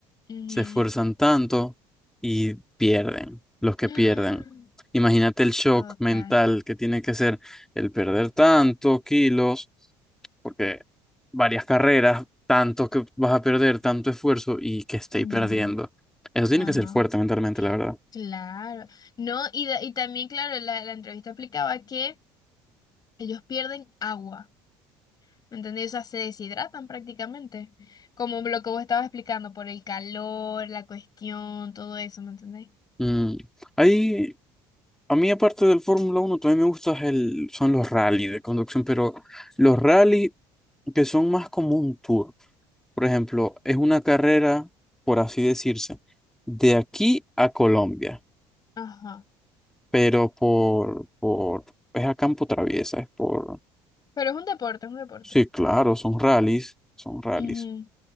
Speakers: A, on the left; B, in the centre.
A: ujú.
B: se esfuerzan tanto y pierden, los que
A: <gasps>
B: pierden. Imagínate el shock
A: Total.
B: mental que tiene que ser el perder tantos kilos, porque varias carreras, tanto que vas a perder, tanto esfuerzo y que estéis
A: Ujú.
B: perdiendo. Eso tiene
A: Ajá.
B: que ser fuerte mentalmente, la verdad.
A: Claro. No, y, da- y también, claro, la, la entrevista explicaba que ellos pierden agua. ¿Me entendés? O sea, se deshidratan prácticamente. Como lo que vos estabas explicando, por el calor, la cuestión, todo eso, ¿me entendés?
B: Mm. Hay, A mí, aparte del Fórmula uno también me gustan el, son los rally de conducción, pero los rally que son más como un tour. Por ejemplo, es una carrera, por así decirse, de aquí a Colombia,
A: Ajá.
B: pero por, por, es a campo traviesa, es por,
A: Pero es un deporte, es un deporte.
B: sí, claro, son rallies, son rallies.
A: Ujú.